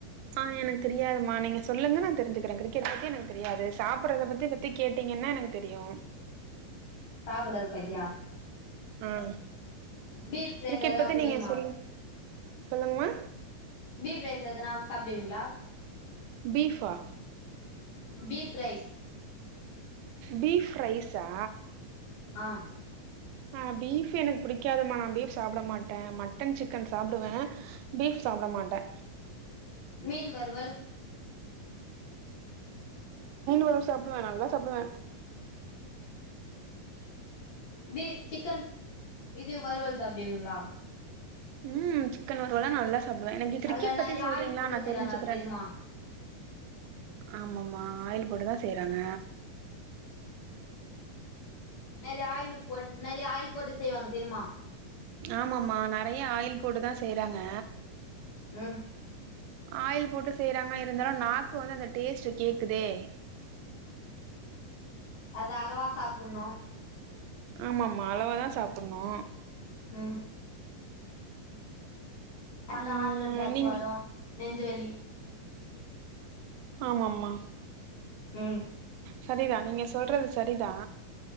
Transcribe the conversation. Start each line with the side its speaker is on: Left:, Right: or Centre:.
Right: அ எனக்கு தெரியாதுமா நீங்க சொல்லுங்க நா தெரிஞ்சுக்ற கிரிக்கெட் பத்தி எனக்கு தெரியாது சாப்புட்றத பத்தி தி கேட்டீங்கன்னா எனக்கு தெரியு
Left: சாப்புட்டது பத்தியா
Right: ம்
Left: பீஃப் ரைஸ்
Right: கிரிக்கெட்
Left: அதலா
Right: பத்தி
Left: புடிக்குமா
Right: நீங்க சொல்லு சொல்லுங்கமா
Left: பீஃப் ரைஸ் எதுனா சாப்டுவீங்ளா
Right: பீஃபா
Left: பீப் ரைஸ்
Right: பீஃப் ரைஸா
Left: அ
Right: அ பீஃப் எனக்கு புடிக்காதுமா நா பீஃப் சாப்ட மாட்ட மட்டன் சிக்கன் சாப்டுவ பீஃப் சாப்புட மாட்ட
Left: மீன் வறுவல்
Right: வரு சாப்டுவ நால்லா சாப்டுவ
Left: பீ சிக்கன் இது வருவல் சாப்டுவீங்ளா
Right: ம் சிக்கன் வறுவல்லா நல்ல சாப்டுவ எனக்கு கிரிக்கெட்
Left: அதுல
Right: பத்தி
Left: நெறைய
Right: சொல்றீங்ளா
Left: ஆயில் போட்டு
Right: நா
Left: செய்றாங்க
Right: தெரிஞ்சுக்ற
Left: அது தெரியுமா
Right: ஆமாம்மா ஆயில் போட்டு தா செய்றாங்க
Left: நெறிய ஆயில் போட் நெறிய ஆயில் போட்டு செய்வாங்க தெரியுமா
Right: ஆமம்மா நறைய ஆயில் போட்டு தா செய்றாங்க
Left: ம்
Right: ஆயில் போட்டு செய்றாங்க இருந்தாலு நாக்கு வந்து அந்த டேஸ்ட்டு கேட்குதே
Left: அது அளவா சாப்புட்ணு
Right: ஆமம்மா அளவா தா சாப்புட்ணு
Left: ம் <inaudible> ஹார்ட்
Right: ம்
Left: அட்டாக்
Right: நீங்க
Left: வரு நெஞ்சுவலி
Right: ஆமாம்மா
Left: உம்
Right: சரிதா நீங்க சொல்றது சரிதா